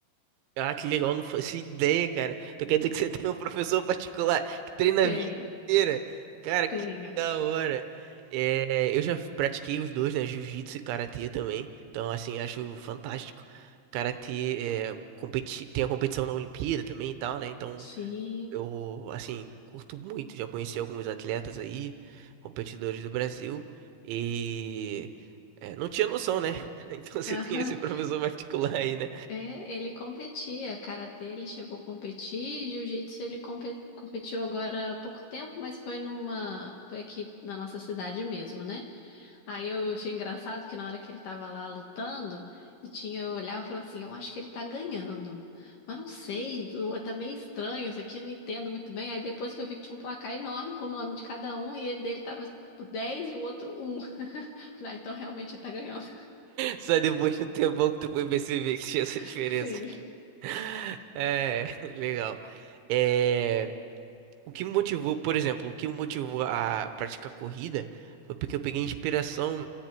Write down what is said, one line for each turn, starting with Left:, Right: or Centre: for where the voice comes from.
Right: Ah, que legal, não faço ideia, cara. Então quer dizer que você <laughs> tem um professor particular que treina
Left: Tem,
Right: a vida inteira. Cara,
Left: tenha.
Right: que da hora. É, eu já pratiquei os dois, né? Jiu-jitsu e karatê também. Então, assim, acho fantástico. Karatê é, competi tem a competição na Olimpíada também e tal, né? Então,
Left: Sim.
Right: eu, assim, curto muito. Já conheci alguns atletas aí, competidores do Brasil. E é, não tinha noção, né? <laughs> Então, você
Left: <laughs> Aham.
Right: tem esse professor particular aí, né?
Left: É, ele competia, karatê, ele chegou a competir, jiu-jitsu ele compe- competiu agora há pouco tempo, mas foi numa, foi aqui na nossa cidade mesmo, né? Aí eu achei engraçado que na hora que ele tava lá lutando, e tinha, eu olhava e falava assim, eu acho que ele tá ganhando. Mas não sei, eu- tá meio estranho isso aqui, não entendo muito bem. Aí depois que eu vi que tinha um placar enorme com o nome de cada um, e ele dele tava tipo dez e o outro um, <laughs> Falei, ah, então realmente ele tá ganhando.
Right: Só depois de um tempão que tu foi perceber que tinha essa
Left: <laughs>
Right: diferença.
Left: Sim.
Right: <laughs> É, legal. É. O que me motivou, por exemplo, o que me motivou a praticar corrida foi porque eu peguei inspiração